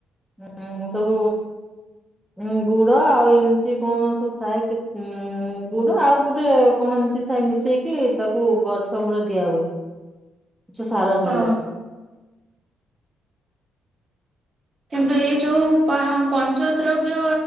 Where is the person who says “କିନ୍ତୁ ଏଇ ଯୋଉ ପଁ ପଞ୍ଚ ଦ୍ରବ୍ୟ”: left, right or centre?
Right